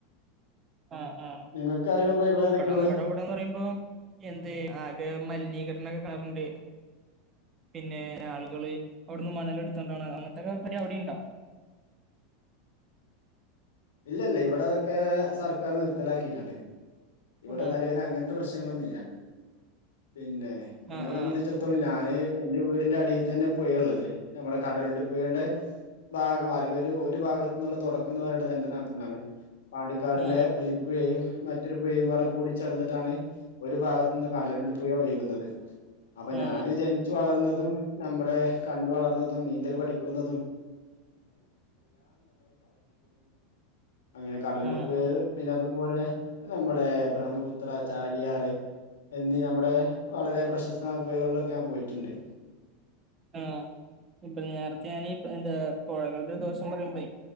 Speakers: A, on the right; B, on the left.
A: ആ ആ
B: നിങ്ങൾക്ക് അറിയുന്ന പുഴകൾ ഏതൊക്കെയാ
A: ഇവിടെ
B: ഉള്ളെ
A: നമ്മുടെ ഇവിടെന്ന് പറയുമ്പോ എന്ത് ആകെ മലിനീകരണ കണ്ട് <unintelligible> പിന്നെ ആളുകള് അവിടുന്ന് മണല് എടുത്തണ്ടാണ് അങ്ങനത്തൊക്കെ പരിപാടി അവിടെയുണ്ടോ <inaudible>
B: ഇല്ല ഇല്ല ഇവിടെ അതൊക്കെ സർക്കാർ നിർത്തലാക്കിയിട്ടുണ്ട് ഇവിടെ
A: ആ
B: നിലവിൽ അങ്ങനത്തെ പ്രശ്നങ്ങളൊന്നുമില്ല പിന്നെ എന്നെ
A: ആ ആ ആ
B: സംബന്ധിച്ചിടത്തോളം ഞാന് എൻറെ വീടിന്റെ അടിയിൽ തന്നെ പൊയയുള്ളത് നമ്മുടെ കടലു പുഴന്റെ ഭാഗം അല്ലെങ്കിൽ ഒരു ഒരു ഭാഗത്ത് നിന്നുള്ള തുടക്കം എന്ന് പറയ ത പാണ്ടിക്കാടിലെ
A: ആ
B: ഒലിപ്പുഴയും മറ്റൊരു പുഴയും കൂടെ കൂടി ചേർന്നിട്ടാണ് ഒരു ഭാഗത്തു നിന്ന് കട ണ്ടുപ ഒഴുന്നത് അപ്പൊ
A: ആ
B: ഞാന് ജനിച്ചു വളർന്നതും നമ്മുടെ ക വളർന്നതും നീന്തൽ പഠിക്കുന്നതും അങ്ങനെ കടലെടുപ്പ്
A: ആ ആ
B: പിന്നെ അതുപോലെ നമ്മുടെ ബ്രഹ്മപുത്ര ചാലിയാറ് എന്നീ നമ്മുടെ വളരെ പ്രശസ്തമായ പുയകളിലൊക്കെ ഞാൻ പോയിട്ടുണ്ട്
A: ആ ഇപ്പോ നേരത്തെ ഞാനീ എന്താ പുഴകളുടെ ദോഷം പറയുമ്പോളേ